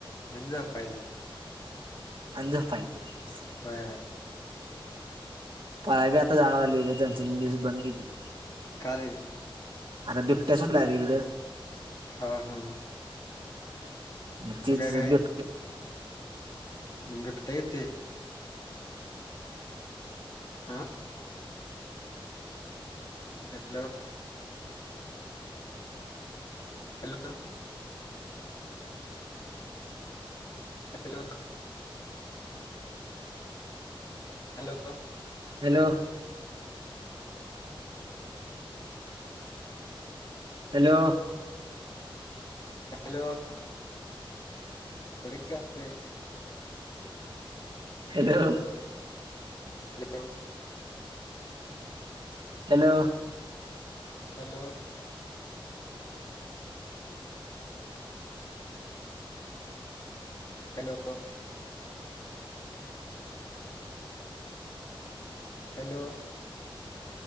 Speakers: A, on the left; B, on the right.
A: आणि झोपायचं
B: अन् झोपायच.
A: व्हय.
B: पाया बी आता जाणार आले आहे. दोन तीन दिवस बंद केलीत.
A: का रे,
B: अर बिबट्या सुटला रे इकडं.
A: हां हां.
B: म तीच
A: काय
B: बिबट्या
A: मग बिबट्या येतोय. आ. Hello, hello, hello, hello
B: hello, hello,
A: hello, कुठे रे.
B: Hello,
A: hello,
B: hello,
A: hello, hello, hello,